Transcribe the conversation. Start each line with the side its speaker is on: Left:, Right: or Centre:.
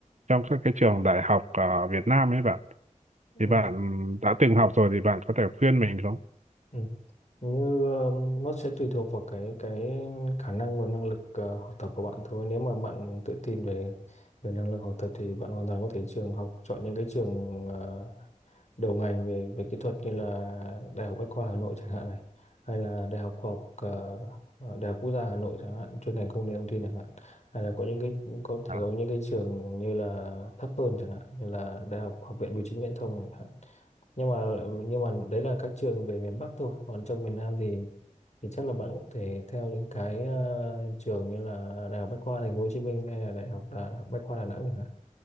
Right: trong các cái trường đại học ở Việt Nam ấy bạn
Left: ừ.
Right: thì bạn đã từng học rồi thì bạn có thể khuyên mình không
Left: ừ. như um, nó sẽ tùy thuộc vào cái cái khả năng và năng lực ờ, học tập của bạn thôi nếu mà bạn tự tin về về năng lực học tập thì bạn hoàn toàn có thể trường học chọn những cái trường ờ, đầu ngành về về kỹ thuật như là Đại học Bách khoa Hà Nội chẳng hạn này hay là Đại học Khoa học ờ, ờ, Đại học Quốc gia Hà Nội chẳng hạn chuyên ngành công nghệ thông tin chẳng hạn hay là có những cái có thể
Right: À,
Left: có những cái trường như là thấp hơn chẳng hạn như là Đại học Học viện Bưu chính Viễn thông chẳng hạn nhưng mà nhưng mà đấy là các trường về miền Bắc thôi còn trong miền Nam thì thì chắc là bạn cũng thể theo những cái ờ, trường như là Đại học Bách khoa Thành phố Hồ Chí Minh hay là Đại học Đà, Bách khoa Đà Nẵng chẳng hạn